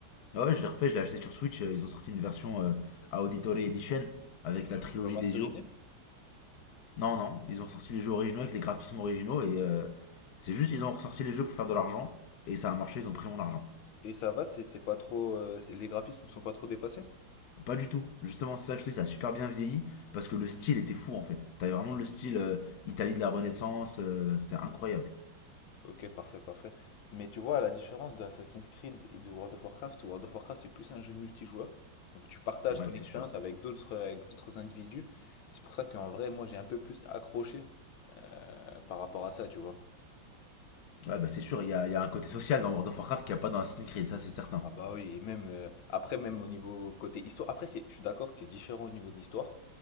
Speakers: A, on the left (about 60°); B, on the left (about 85°).
A: Ah ouais, je l'ai refait, je l'ai acheté sur Switch. euh, Ils ont sorti une version euh, à Auditore Edition avec
B: Euh,
A: la trilogie
B: Remasterisé?
A: des yeux. Non, non, ils ont sorti les jeux originaux avec les graphismes originaux et euh, c'est juste ils ont ressorti les jeux pour faire de l'argent et ça a marché, ils ont pris mon argent.
B: Et ça va, c'était pas trop, euh, c'est- les graphismes sont pas trop dépassés?
A: Pas du tout. Justement, c'est ça que je te dis, ça a super bien vieilli parce que le style était fou en fait. T'avais vraiment le style euh, Italie de la Renaissance, euh, c'était incroyable.
B: Ok, parfait, parfait. Mais tu vois, à la différence de Assassin's Creed et de World of Warcraft, World of Warcraft c'est plus un jeu multijoueur. Donc tu partages
A: Ouais,
B: ton
A: c'est
B: expérience
A: sûr.
B: avec d'autres avec d'autres individus. C'est pour ça qu'en vrai, moi j'ai un peu plus accroché euh, par rapport à ça, tu vois.
A: Ouais, bah c'est sûr, il y a, il y a un côté social dans World of Warcraft qu'il n'y a pas dans Assassin's Creed, ça c'est certain.
B: Ah bah oui, et même euh, après, même au niveau côté histoire. Après, c'est, je suis d'accord que c'est différent au niveau de l'histoire,